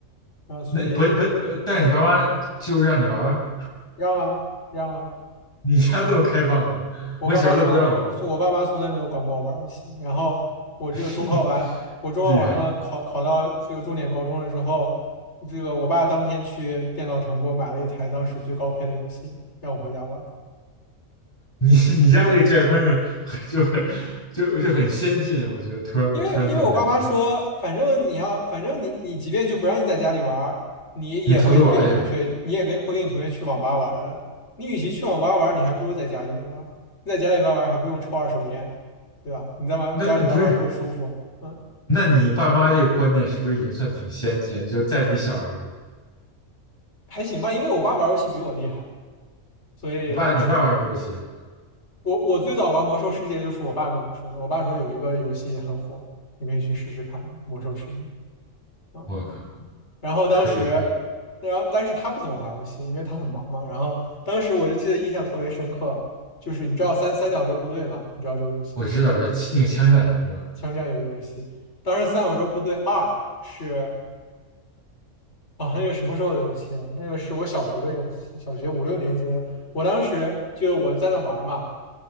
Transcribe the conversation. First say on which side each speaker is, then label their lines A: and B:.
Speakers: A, on the left; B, on the left.
A: 啊，所以
B: 那不不呃，但是你爸妈就是让你玩儿，
A: 让啊让啊。
B: 你家这么开放啊？
A: 我爸妈从来没有，
B: 我小时候都不让我玩儿，
A: 我爸妈从来没有管过我玩儿游戏。然后我这个中考完，
B: <laughs>
A: 我中考完了，
B: 厉害！
A: 考考到这个重点高中了之后，这个我爸当天去电脑城给我买了一台当时最高配的游戏，让我回家玩儿。
B: 你你家这个教育方式就是就就很先进，我觉得突然我突然这么感觉，
A: 因为因为我爸妈说，反正你要，反正你你即便就不让你在家里玩儿，你也会跟你同学，
B: 你偷偷玩儿去吧？
A: 你也跟会跟你同学去网吧玩儿的。你与其去网吧玩儿，你还不如在家里边玩儿。你在家里边玩儿还不用抽二手烟，对吧？你在玩家里边玩儿多舒服。
B: 那那不是？
A: 嗯
B: 那你爸妈这个观念是不是已经算挺先进？就在你小时候，
A: 还行吧，因为我爸玩游戏比我厉害，所以
B: 你爸你爸玩什么游戏啊？
A: <laughs> 我我最早玩魔兽世界就是我爸跟我说的。我爸说有一个游戏很火，你可以去试试看《魔兽世界》啊。
B: 我靠，
A: 然后当时，
B: 可以可以，
A: 然后但是他不怎么玩游戏，因为他很忙嘛。然后当时我就记得印象特别深刻，就是你知道三三角洲部队吧？你知道这个游戏吗？
B: 我知道，就那个枪战是吧？
A: 枪战类的游戏。当时《三角洲部队二》是啊，那个什么时候的游戏了？那个是我小学的游戏，小学五六年级的。我当时就我在那玩儿嘛。